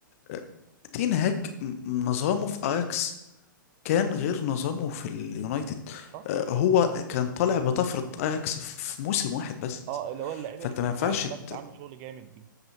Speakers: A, on the left; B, on the right.
A: آه، تين هاج م- نظامه في اياكس كان غير نظامه في اليونايتد
B: صح
A: آه، هو كان طالع بطفرة اياكس في موسم واحد بس
B: اه اللي هو اللعيبه
A: فانت
B: اللي كانت
A: ما ينفعش
B: طالعه كلها
A: ت...
B: كانت عامله شغل جامد دي